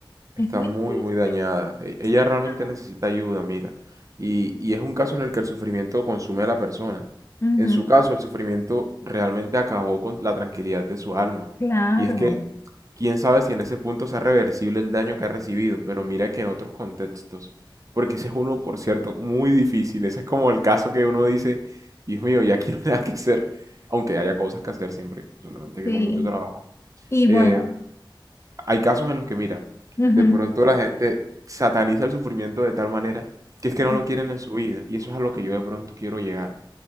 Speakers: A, on the right; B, on the left.
A: Está
B: es muy
A: muy,
B: triste,
A: muy dañada. E- Ella
B: sí,
A: realmente
B: claro.
A: necesita ayuda, mira. Y, y es un caso en el que el sufrimiento consume a la persona.
B: Ujú,
A: En su caso, el sufrimiento realmente acabó con la tranquilidad de su alma.
B: claro,
A: Y es que, quién sabe si en ese punto sea reversible el daño que ha recibido, pero mira que en otros contextos, porque ese es uno, por cierto, muy difícil. Ese es como el caso que uno dice, Dios mío, ya aquí no hay nada que hacer, aunque haya cosas que hacer siempre, solamente que
B: sí.
A: con mucho trabajo.
B: Y
A: Eh,
B: bueno.
A: hay casos en los que, mira,
B: ujú.
A: de pronto la gente sataniza el sufrimiento de tal manera que es
B: sí.
A: que no lo quieren en su vida. Y eso es a lo que yo de pronto quiero llegar.